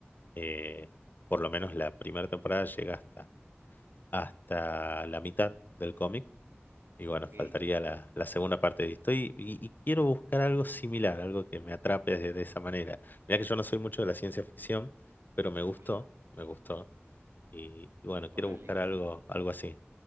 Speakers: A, on the left (about 45°); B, on the right (about 70°).
A: eh, por lo menos la primera temporada llega hasta, hasta la mitad del cómic. Y bueno,
B: Ok.
A: faltaría la, la segunda parte de esto. Y, y- y quiero buscar algo similar, algo que me atrape de, de esa manera. Mira que yo no soy mucho de la ciencia ficción, pero me gustó,
B: Ajá,
A: me gustó. Y, y bueno, quiero
B: órale.
A: buscar algo, algo así.